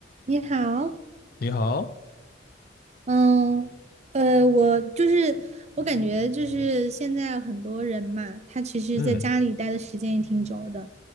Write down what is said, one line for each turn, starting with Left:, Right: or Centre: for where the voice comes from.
Right: 你好，
Left: 你好，
Right: 嗯，呃，我就是我感觉就是现在很多人嘛，他其实在家里待的时间也挺久的。
Left: 嗯